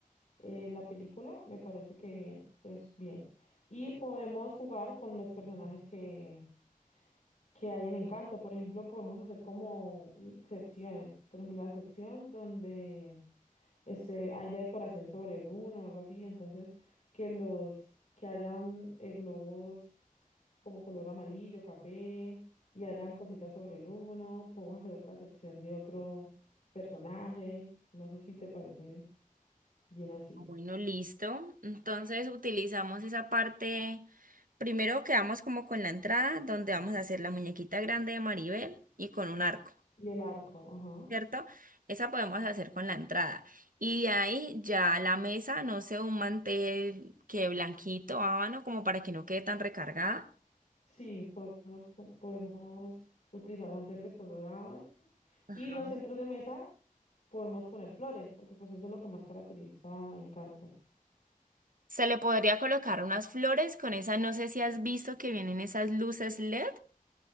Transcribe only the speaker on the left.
eh, la película, me parece que bien, es bien. Y podemos jugar con los personajes que, que hay en Encanto. Por ejemplo, podemos hacer como secciones. Por ejemplo, la sección donde este, hay de decoración sobre Bruno o algo así, entonces que los que hayan eh, globos como color amarillo, café, y harán cositas sobre Bruno. Podemos hacer otra sección de otro personaje. No sé si te parece bien así.
Y el arco, ajá.
Sí, podemos, co- podemos utilizar mantel de color ábano.
Y los centros de mesa podemos poner flores, porque pues eso es lo que más caracteriza a Encanto.